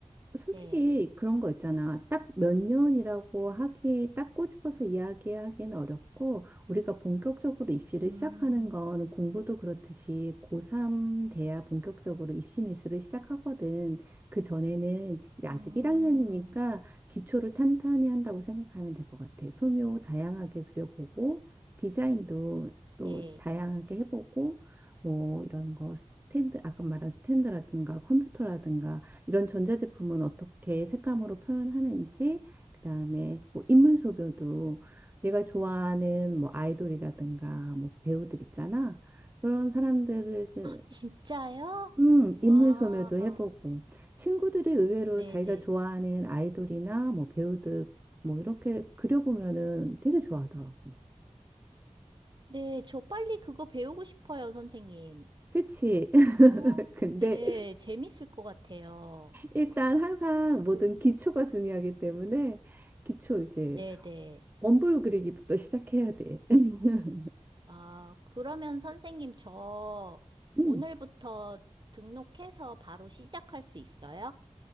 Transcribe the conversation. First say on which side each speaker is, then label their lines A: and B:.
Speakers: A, on the right (about 20°); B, on the right (about 40°).
A: 솔직히
B: 네.
A: 그런 거 있잖아. 딱 몇 년이라고 하기, 딱 꼬집어서 이야기하기는 어렵고, 우리가 본격적으로 입시를
B: 음,
A: 시작하는 건 공부도 그렇듯이 고3 돼야 본격적으로 입시 미술을 시작하거든. 그 전에는 이제 아직
B: 음,
A: 1학년이니까 기초를 탄탄히 한다고 생각하면 될 것 같아. 소묘 다양하게 그려보고, 디자인도 또
B: 네.
A: 다양하게 해보고, 뭐 이런 거 스탠드, 아까 말한 스탠드라든가 컴퓨터라든가 이런 전자제품은 어떻게 색감으로 표현하는지, 그다음에 뭐 인물 소묘도 내가 좋아하는 뭐 아이돌이라든가 뭐 배우들 있잖아. 그런 사람들을 이제,
B: 진짜요?
A: 음,
B: 와.
A: 인물 소묘도 해보고 친구들이 의외로
B: 네네.
A: 자기가 좋아하는 아이돌이나 뭐 배우들 뭐 이렇게 그려보면은 되게 좋아하더라고.
B: 네, 저 빨리 그거 배우고 싶어요, 선생님.
A: 그치? <laughs>
B: 어,
A: 근데
B: 네, 재밌을 것 같아요.
A: 일단 항상
B: 그,
A: 모든 기초가 중요하기 때문에 기초 이제
B: 네네.
A: 원본 그리기부터 시작해야 돼. <laughs>
B: 아, 그러면 선생님, 저
A: 음,
B: 오늘부터 등록해서 바로 시작할 수 있어요?